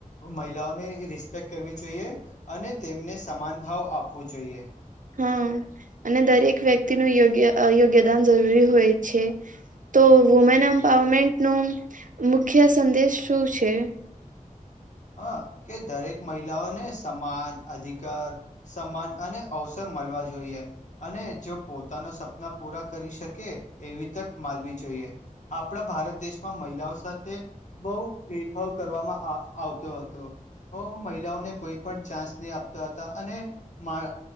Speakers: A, on the left (about 60°); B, on the right (about 70°).
A: મહિલાઓની રિસ્પેક્ટ કરવી જોઈએ અને તેમને સમાન ભાવ આપવો જોઈએ.
B: હા અને દરેક વ્યક્તિનું યોગ્ય યોગ્યદાન જરૂરી હોય છે. તો વુમેન એમ્પાવરમેન્ટ ન મુખ્ય સંદેશ શું છે
A: હ કે દરેક મહિલાઓને સમાન અધિકાર સમાન અને અવસર મળવા જોઈએ અને જો પોતાનો સપના પૂરા કરી શકે એવી તક માલવી જોઈએ આપણા ભારત દેશમાં મહિલાઓ સાથે બહુ ભેદભાવ કરવામાં આ આવતો હતો મહિલાઓને કોઈ પણ ચાન્સ નહી આપતા હતા અને- મા